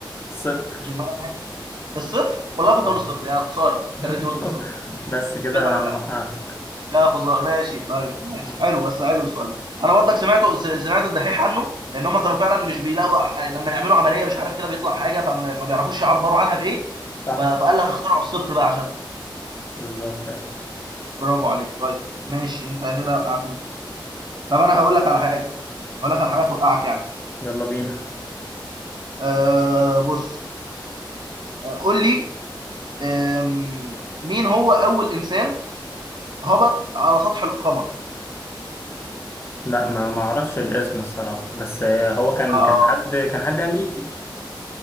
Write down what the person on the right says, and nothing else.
مش الما لا نهايه الصفر والله كنت
اقول الصفر يا خساره يا
ريتني
قلت الصفر
كده انا
يا خزر ماشي طيب ماشي
حلو بس حلو السؤال ده انا برضك سمعته س- سمعت الدحيح عنه لان هم كانوا فعلا مش بيلاقوا أح... لما يعملوا عمليه مش عارف كده بيطلع حاجه فما ما بيعرفوش يعبروا عنها بايه
ف... فقال لك اخترعوا الصفر بقى عشانها
برافو عليك طيب ماشي انت كده وقعتني طب انا هقول لك على حاجه هقول لك على حاجه توقعك يعني
أه بص آه، قول لي آم، مين هو اول انسان هبط على سطح القمر
اه